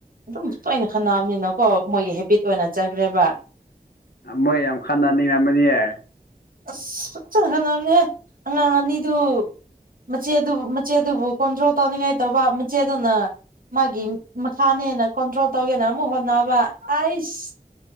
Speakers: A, on the right; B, on the left.
A: ꯑꯗꯨꯝ ꯇꯣꯏꯅ ꯈꯟꯅꯕꯅꯤꯅꯀꯣ ꯃꯣꯏꯒꯤ ꯍꯦꯕꯤꯠ ꯑꯣꯏꯅ ꯆꯠꯈ꯭ꯔꯦꯕ
B: ꯃꯩ ꯌꯥꯝ ꯈꯥꯟꯅ ꯅꯦꯡꯉ ꯃ ꯌꯦ
A: ꯑꯁ ꯐ ꯆꯪ ꯈꯅꯕꯅꯦ ꯑꯉꯥꯡ ꯑꯅꯤꯗꯨ ꯃꯆꯦꯗꯨꯕꯨ ꯃꯆꯦꯗꯨꯕꯨ ꯀꯣꯟꯇ꯭ꯔꯣꯜ ꯇꯧꯅꯤꯡꯉꯥꯏ ꯇꯧꯕ ꯃꯆꯦꯗꯨꯅ ꯃꯥꯒꯤ ꯃꯈꯥꯅ ꯍꯦꯟꯅ ꯀꯣꯟꯇ꯭ꯔꯣꯜ ꯇꯧꯒꯦꯅ ꯑꯃꯨꯛ ꯍꯣꯠꯅꯕ ꯑꯁ